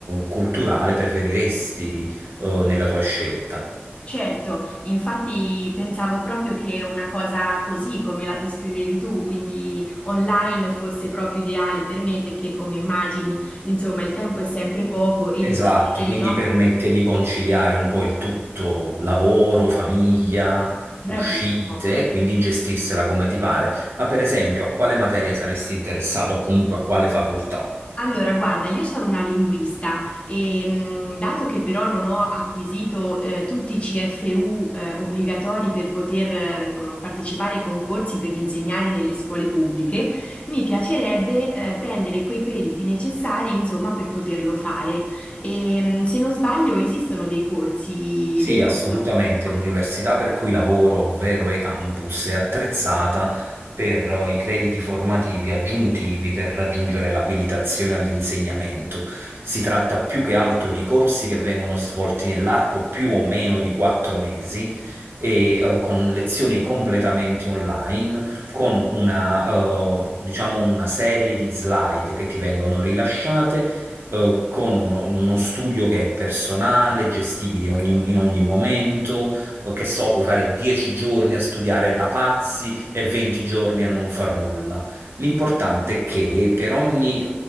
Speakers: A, on the right; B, on the left.
A: culturale preferiresti eh, nella tua scelta.
B: Certo, infatti pensavo proprio che una cosa così come la descrivevi tu, quindi online, fosse proprio ideale per me perché come immagini, insomma, il tempo è sempre poco e ritardi
A: Esatto, quindi
B: no?
A: permette di conciliare un po' il tutto, lavoro, famiglia,
B: Bravissimo.
A: uscite, e quindi gestirsela come ti pare. Ma per esempio, a quale materia saresti interessato o comunque a quale facoltà?
B: Allora, guarda, io sono una linguista e mh, dato che però non ho acquisito eh, tutti i CFU eh, obbligatori per poter ehm, partecipare ai concorsi per insegnare nelle scuole pubbliche, mi piacerebbe eh, prendere quei crediti necessari, insomma, per poterlo fare. E, mh, se non sbaglio, esistono dei corsi
A: Sì,
B: veri da
A: assolutamente.
B: poter fare.
A: L'università per cui lavoro, ovvero eCampus, è attrezzata per eh, i crediti formativi aggiuntivi per raggiungere l'abilitazione all'insegnamento. Si tratta più che altro di corsi che vengono svolti nell'arco più o meno di quattro mesi e eh, con lezioni completamente online, con una, eh, diciamo una serie di slide che ti vengono rilasciate eh, con uno studio che è personale, gestibile ogni- in ogni momento, o che so, puoi fare 10 giorni a studiare da pazzi e 20 giorni a non far nulla. L'importante è che per ogni eh,